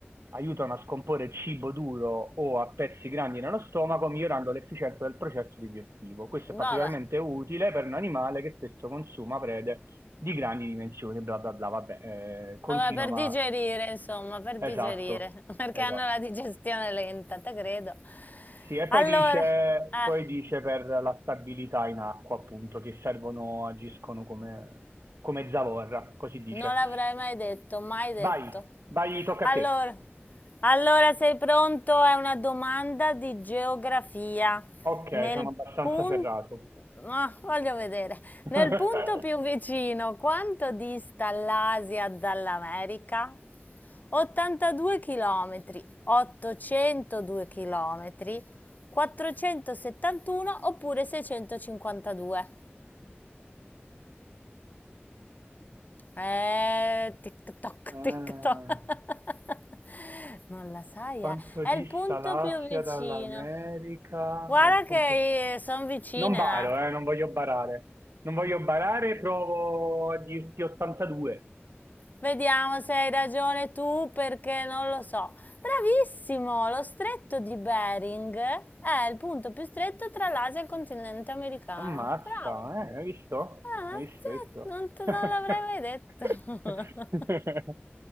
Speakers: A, on the right; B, on the left.
A: aiutano a scomporre il cibo duro o a pezzi grandi nello stomaco, migliorando l'efficienza del processo digestivo. Questo è particolarmente
B: Vabbè.
A: utile per un animale che spesso consuma prede di grandi dimensioni, bla bla bla, vabbè, eh, continua,
B: Vabbè, per
A: ma
B: digerire, insomma, per
A: esatto,
B: digerire, <laughs> perché
A: esatto.
B: hanno la digestione lenta, te credo.
A: Sì, e
B: Allora,
A: poi dice,
B: eh,
A: poi dice per la stabilità in acqua, appunto, che servono, agiscono come, come zavorra, così dice.
B: Non l'avrei mai detto, mai detto.
A: Vai, vai, tocca
B: Allora,
A: a te.
B: allora sei pronto? È una domanda di geografia.
A: Ok,
B: Nel
A: sono abbastanza
B: punto,
A: ferrato.
B: ah, voglio vedere,
A: <laughs>
B: nel punto più vicino, quanto dista l'Asia dall'America? 82 chilometri, 802 chilometri, 471 oppure 652. Eh, tic-toc,
A: Eh,
B: tic-toc. <laughs> Non la sai,
A: quanto
B: eh? È
A: dista
B: il punto
A: l'Asia
B: più vicino.
A: dall'America?
B: Guarda
A: Dal punto...
B: che sono vicina.
A: Non baro,
B: eh.
A: eh, non voglio barare. Non voglio barare, provo a dirti 82.
B: Vediamo se hai ragione tu perché non lo so. Bravissimo, lo stretto di Bering è il punto più stretto tra l'Asia e il continente americano.
A: Ammazza,
B: Bravo.
A: eh, hai visto?
B: Ah,
A: Hai visto,
B: cioè,
A: hai visto?
B: non te non
A: <laughs>
B: l'avrei mai detto.